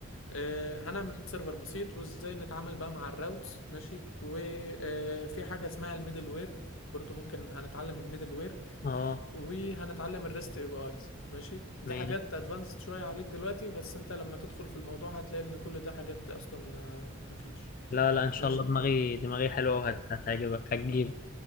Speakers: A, on the left (about 85°); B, on the left (about 40°).
A: اه هنعمل سيرفر بسيط وازاي نتعامل بقى مع الراوتس ماشي وفي حاجة اسمها الميدل وير برضو ممكن هنتعلم الميدل وير
B: اه
A: وهنتعلم الريست اي بي ايز ماشي دي
B: ماشي
A: حاجات ادفانسد شويه عليك دلوقتي بس انت لما تدخل في الموضوع هتلاقي ان كل ده حاجات اصلا ما مفيش
B: لا لا ان شاء
A: ماشي
B: الله دماغي دماغي حلوه
A: طيب
B: وهتعجبك هتجيب